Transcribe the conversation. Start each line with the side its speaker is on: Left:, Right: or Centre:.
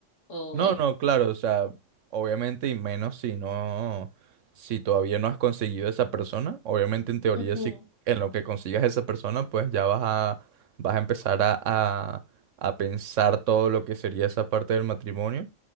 Left: o
Right: No,
Left: eh,
Right: no, claro, o sea, obviamente y menos si no, si todavía no has conseguido esa persona, obviamente en teoría
Left: Ujú.
Right: si en lo que consigas esa persona, pues ya vas a, vas a empezar a, a, a pensar todo lo que sería esa parte del matrimonio,